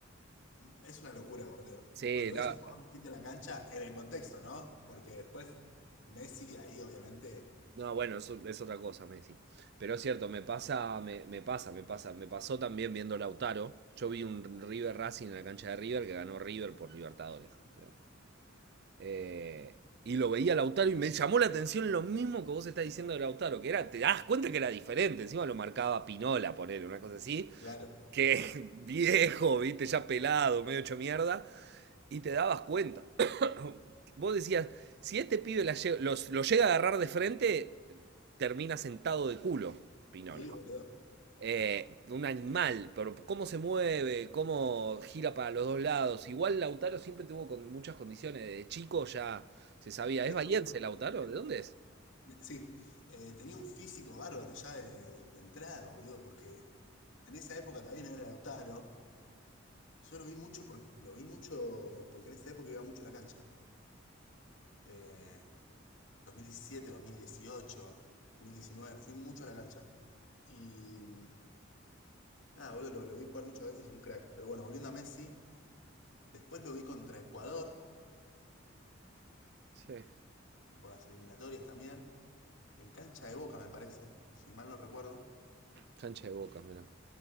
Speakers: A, on the left; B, on the right.
A: Es una locura, boludo.
B: Sí,
A: Cuando
B: no,
A: ves un jugador distinto en la cancha, en el contexto, ¿no? Porque después Messi ahí, obviamente,
B: no, bueno, eso es otra cosa, Messi. Pero es cierto, me pasa, me, me pasa, me pasa. Me pasó también viendo Lautaro. Yo vi un River Racing en la cancha de River que ganó River por Libertadores, creo. Eh, y lo veía Lautaro y me llamó la atención lo mismo que vos estás diciendo de Lautaro, que era, te das cuenta que era diferente. Encima lo marcaba Pinola, poner una cosa así.
A: claro.
B: que <laughs> viejo, viste, ya pelado, medio hecho mierda, y te dabas cuenta. <coughs> Vos decías, si este pibe la lle- los- lo llega a agarrar de frente, termina sentado de culo, Pinola.
A: Sí, boludo.
B: Eh, un animal, pero cómo se mueve, cómo gira para los dos lados. Igual Lautaro siempre tuvo con muchas condiciones, de chico ya se sabía.
A: Es
B: ¿Es bahiense
A: que,
B: Lautaro? ¿De dónde es?
A: de- sí, eh, tenía un físico bárbaro ya de, de entrada, boludo, porque en esa época todavía no era Lautaro. Yo lo vi mucho, por, lo vi mucho porque en esa época iba mucho a la cancha. Eh, 2017, 2018, 2019, fui mucho a la cancha. Y mm, nada, boludo, lo, lo vi jugar muchas veces, un crack. Pero bueno, volviendo a Messi, después lo vi contra Ecuador,
B: Sí,
A: por las eliminatorias también, en cancha de Boca, me parece, si mal no recuerdo.
B: cancha de Boca, mira.